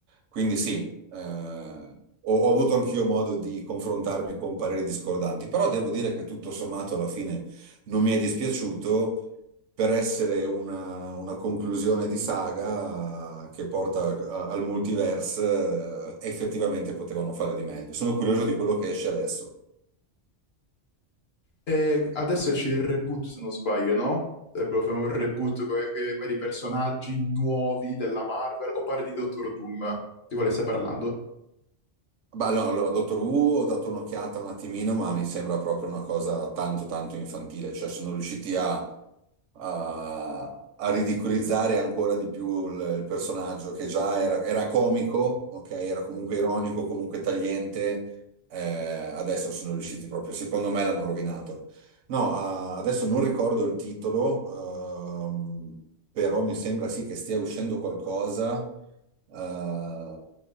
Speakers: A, on the right (about 85°); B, on the left (about 60°).
A: Quindi sì, eh, ho, ho avuto anch'io modo di confrontarmi con pareri discordanti, però devo dire che tutto sommato alla fine non mi è dispiaciuto per essere una, una conclusione di saga che porta a- al multiverse, eh, effettivamente potevano fare di meglio. Sono curioso di quello che esce adesso.
B: E adesso esce il reboot, se non sbaglio, no? Dovrebbero fare un reboot con i vari personaggi nuovi della Marvel, o parli di Doctor Doom? Di quale stai parlando?
A: Beh, no, allora, Dottor Who ho dato un'occhiata un attimino, ma mi sembra proprio una cosa tanto tanto infantile, cioè sono riusciti a a, a ridicolizzare ancora di più il, il personaggio che già era, era comico, ok? Era comunque ironico, comunque tagliente. eh, adesso sono riusciti proprio, secondo me l'hanno rovinato. No, ah, adesso non ricordo il titolo, ehm, però mi sembra sì che stia uscendo qualcosa. eh,